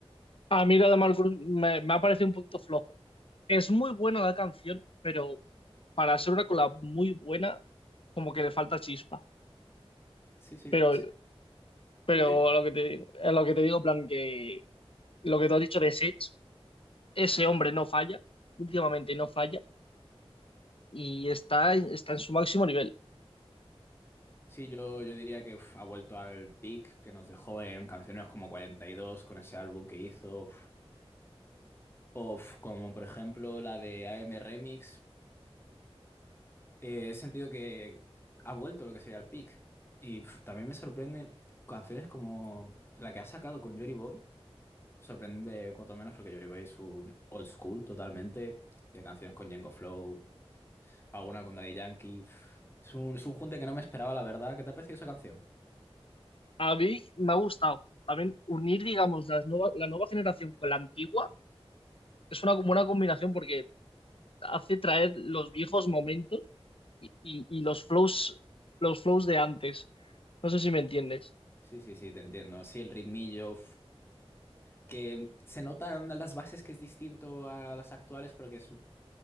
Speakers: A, on the left; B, on the left.
A: A mí la de Marcus me, me ha parecido un poquito flojo. Es muy buena la canción, pero para ser una collab muy buena, como que le falta chispa.
B: Sí, sí,
A: Pero,
B: sí.
A: pero
B: Sí, sí.
A: a lo que te digo, a lo que te digo, en plan, que lo que te has dicho de Sech, ese hombre no falla, últimamente no falla, y está, está en su máximo nivel.
B: Sí, yo, yo diría que uf, ha vuelto al peak que nos dejó en canciones como 42 con ese álbum que hizo, uf, o, uf, como por ejemplo la de AM Remix. Eh, he sentido que ha vuelto lo que sería el peak. Y uf, también me sorprende canciones como la que ha sacado con Jory Boy. Sorprende cuanto menos porque Jory Boy es un old school totalmente. Tiene canciones con Django Flow, alguna con Daddy Yankee. uf. Es un, es un junte que no me esperaba, la verdad. ¿Qué te ha parecido esa canción?
A: A mí me ha gustado. También unir, digamos, las nueva- la nueva generación con la antigua es una, buena combinación porque hace traer los viejos momentos y, y- y los flows, los flows de antes. No sé si me entiendes.
B: Sí, sí, sí, te entiendo. Sí, el ritmillo. que se nota en las bases que es distinto a las actuales porque son,